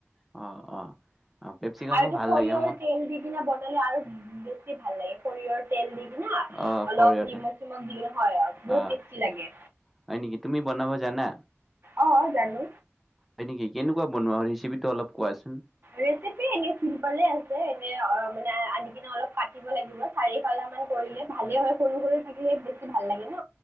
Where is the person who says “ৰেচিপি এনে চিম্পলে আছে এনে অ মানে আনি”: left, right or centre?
Right